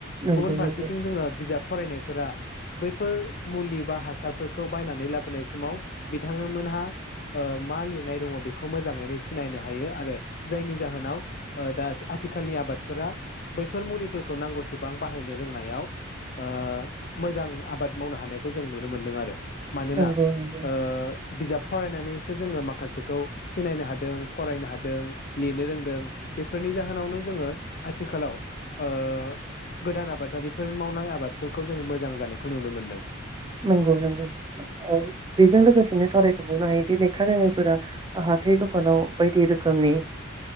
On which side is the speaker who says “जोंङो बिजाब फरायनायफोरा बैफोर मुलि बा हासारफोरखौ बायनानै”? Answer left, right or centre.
Left